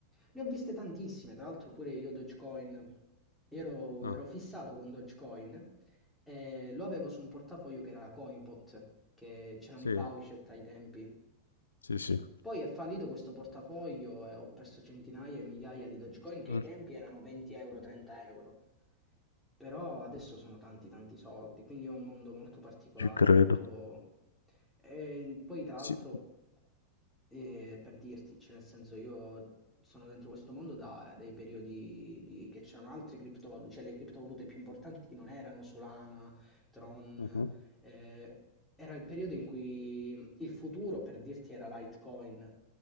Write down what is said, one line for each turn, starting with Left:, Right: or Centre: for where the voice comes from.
Centre: Ne ho viste tantissime, tra l'altro pure io Dogecoin, Io ero,
Left: ah,
Centre: ero fissato con Dogecoin e lo avevo su un portafoglio che era Coinpot, che c'erano
Left: sì,
Centre: i Faucet ai tempi
Left: sì, sì.
Centre: poi è fallito questo portafoglio e ho perso centinaia e migliaia di Dogecoin che
Left: Mm.
Centre: ai tempi erano 20 euro, 30 euro. Però adesso sono tanti, tanti soldi, quindi è un mondo molto particolare,
Left: Ci credo.
Centre: molto... E poi tra
Left: Sì.
Centre: l'altro Ehm, per dirti, cioè nel senso io sono dentro questo mondo da dai periodi di che c'erano altre criptovalute, cioè le criptovalute più importanti non erano Solana, Tron,
Left: Mhm.
Centre: ehm, era il periodo in cui il futuro, per dirti, era Litecoin,